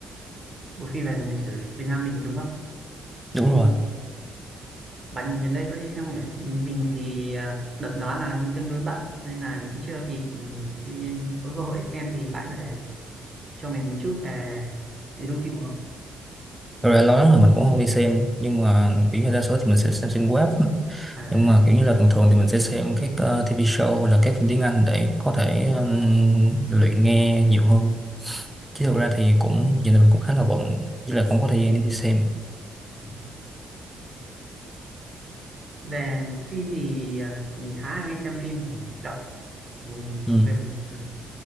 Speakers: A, on the right (about 30°); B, in the centre.
A: bộ phim về lịch sử Việt Nam mình đúng không
B: đúng
A: phim
B: rồi
A: Bạn gần đây có đi xem không nhỉ? Mình thì à, đợt đó là tương đối bận nên là cũng chưa kịp ừ, đi có cơ hội để xem thì bạn có thể cho mình một chút về nội dung phim được không?
B: Thật ra lâu lắm rồi mình cũng không đi xem nhưng mà kiểu như đa số thì mình sẽ xem trên web
A: À,
B: nhưng mà kiểu như là thường thường thì mình sẽ xem các ờ, TV show hoặc là các phim tiếng Anh để có thể ừm, luyện nghe nhiều hơn chứ thực ra thì cũng giờ này mình cũng khá là bận chứ là không có thời gian để đi xem
A: <laughs> về phim thì à, mình khá hay xem phim để hành động Ừ,
B: ừ.
A: về một- ừ,